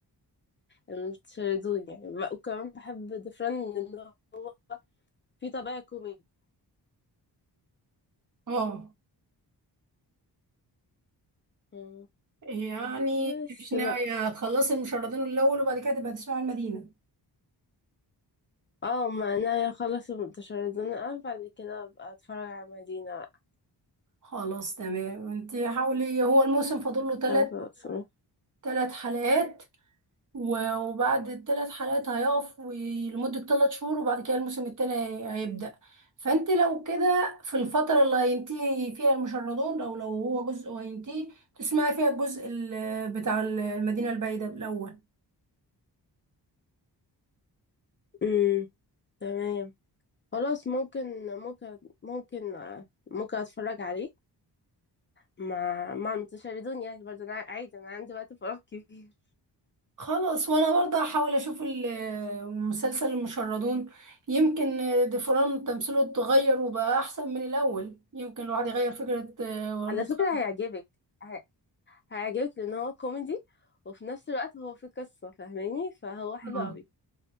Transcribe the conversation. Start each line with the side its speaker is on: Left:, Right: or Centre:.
Left: الشيراتون يعني بقى وكمان باحب ديفران لإن هو فيه طابع كوميدي،
Right: اه
Left: إمم،
Right: يعني
Left: بس
Right: انت مش ناوية
Left: بقى،
Right: تخلصي المشردين الأول وبعد كده تبقى تسمعي المدينة
Left: آه ما أنا أخلّص الشيراتون أوي بعد كده أبقى أتفرّج على مدينة بقى
Right: خلاص تمام انت حاولي هو الموسم فاضل له ثلاث
Left: خلاص
Right: ثلاث حلقات و- وبعد الثلاث حلقات هيقف وي- لمدة ثلاث شهور وبعد كده الموسم التاني هي- هيبدأ فانت لو كده في الفترة اللي هينتهي فيها المشردون او لو هو جزء وهينتهي تسمعي فيها الجزء ال- بتاع المدينة البعيدة الأول
Left: إمم، تمام، خلاص ممكن ممكن ممكن ممكن أتفرّج عليه ما ما تشردوني يعني برضه انا عادي انا عندي وقت فراغ كبير
Right: خلاص وانا برضه هحاول اشوف ال- مسلسل المشردون يمكن دفران تمثيله اتغير وبقى احسن من الاول يمكن الواحد يغير فكرة آه، ونظرة
Left: على فكرة هيعجبك ه- هيعجبك لان هو كوميدي وفي نفس الوقت هو فيه قصة فاهماني فهو حلو
Right: عنه.
Left: قوي